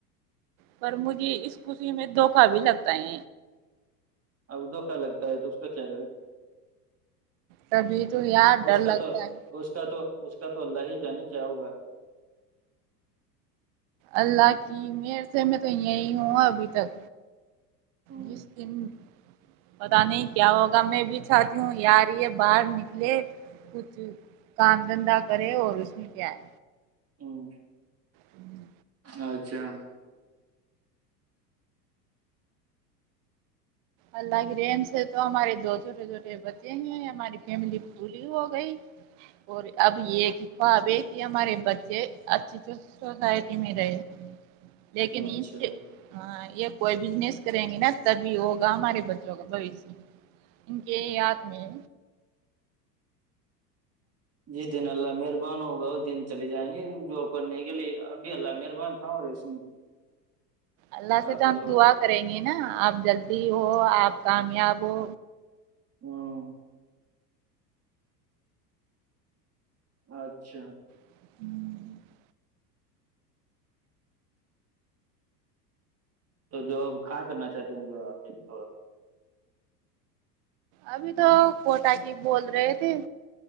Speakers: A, on the right; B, on the right.
A: پر مجھے اس خشی میں دھوکہا بھی لگتا ہے
B: اب دھوکا لگتا ہے تو اس کا کیا کرے
A: تبھی تو یار ڈر
B: اس کا
A: لگتا
B: تو
A: ہے
B: اس کا تو اس کا تو اللہ ہی جانے کیا ہوگا
A: اللہ کی م سے میں تو یہی ہوں ابھی تک
B: ہ
A: جس دن پتا نہیں کیا ہوگا میں بھی چاہتی ہوں یہ آ رہی ہے باہر نکلے کچھ کام دھندا کرے اور اس میں کیا ہے
B: ہوں
A: ہوں
B: اچھا
A: اللہ کی ریم سے تو ہمارے دو چھوٹے چھوٹے بچے ہیں ہماری فیملی پوری ہو گئی اور اب یہ کہ کو اب ایک ہمارے بچے اچھی سوسائٹی میں رہے لیکن
B: اچھا
A: ہاں یہ کوئی بزنس کریں گی نا تبھی ہوگا ہمارے بچوں کا بوشیہ ان کے یاد میں
B: جس دن اللہ مہربان ہوگا اس دن چلے جائیں گے جاب کرنے کے لیے ابھی اللہ مہربان کاں ہو رہے اس میں
A: اللہ سے
B: آپ
A: تو
B: کے
A: ہم
B: سو
A: دعا
B: روپئے
A: کریں گے نا آپ جلدی ہو آپ کامیاب ہو
B: ہوں اچھا
A: ہوں
B: تو جو کھاں کرنا چاہتے ہیں جو آپ اس کو
A: ابھی تو کوٹا کی بول رہے تھے